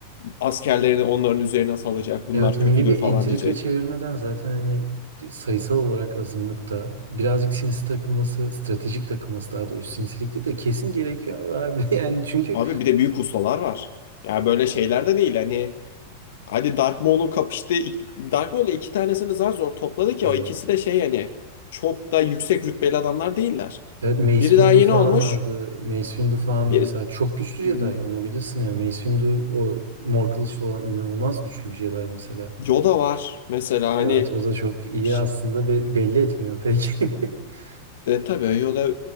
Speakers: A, on the left (about 55°); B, on the right (about 70°).
A: askerlerini onların üzerine salacak, bunlar
B: Evet mini
A: kötüdür
B: bir
A: falan
B: entrika
A: diyecek.
B: çevirmeden zaten hani sayısal olarak azınlıkta birazcık sinsi takılması, stratejik takılması daha doğrusu sinsilikti de kesin gerekiyor abi, abi. <laughs> Yani çünkü
A: Abi bir de büyük ustalar var. Ya böyle şeyler de değil hani Hani Dark Maul'un kapıştığı Dark Maul'u iki tanesini zar zor topladı ki
B: evet.
A: o ikisi de şey yani çok da yüksek rütbeli adamlar değiller.
B: Evet Mace Windu
A: Biri daha yeni
B: falan
A: olmuş.
B: vardı. Mace Windu falan
A: Bir
B: mesela çok güçlü Jedi
A: Hmm,
B: onu bilirsin yani. Mace Windu o mor kılıçlı olan inanılmaz güçlü bir Jedi mesela.
A: Yoda var mesela
B: Evet
A: hani
B: o da çok iyi
A: iş-
B: aslında be- belli etmiyor pek. <laughs>
A: e, tabii Yoda